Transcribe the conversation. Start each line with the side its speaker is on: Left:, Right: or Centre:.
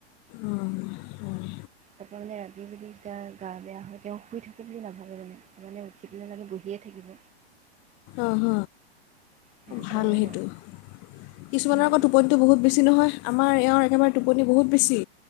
Left: অঁ হয়
Right: তাৰপৰা মানে ৰাতি যদি তেতিয়া গা বেয়া হয় তেওঁ শুই থাকো বুলি নাভাবে মানে। মানে উঠি পনে মাগে বহিয়ে থাকিব।
Left: অঁহ হ,
Right: সেইটো
Left: ভাল
Right: কৰে
Left: সেইটো।
Right: বাৰু
Left: কিছুমানৰ
Right: উম,
Left: আক' টোপনিটো বহুত বেছি নহয়। আমাৰ এৱঁৰ একেবাৰে টোপনি বহুত বেছি।